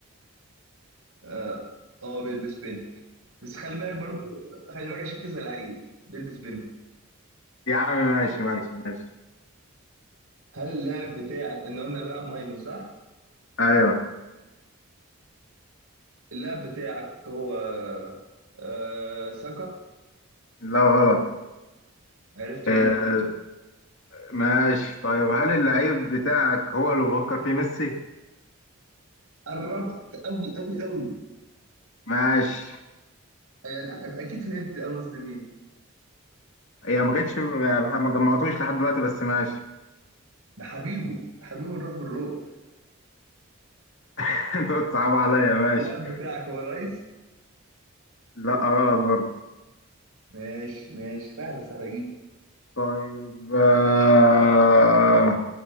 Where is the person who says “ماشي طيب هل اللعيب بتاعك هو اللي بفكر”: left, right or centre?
Left